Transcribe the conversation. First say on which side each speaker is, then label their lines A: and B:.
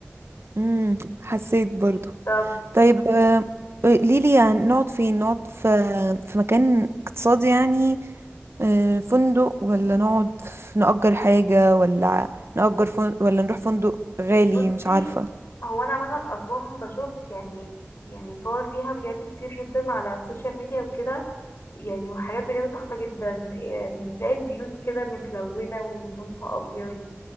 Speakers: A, on the right (about 80°); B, on the left (about 80°).
A: امم حسيت برضو
B: طب
A: طيب آه، قوليلي يعني نقعد فين نقعد في في مكان اقتصادي يعني آه، فندق ولا نقعد في- نأجر حاجة ولا نأجر فندق ولا نروح فندق غالي
B: بصي
A: مش عارفة
B: هو انا عامه اسوان بشوف يعني يعني صور ليها بجد كتير جدا على السوشيال ميديا وكده يعني وحاجات بجد تحفه جدا يعني بتلاقي البيوت كده متلونه ولونها ابيض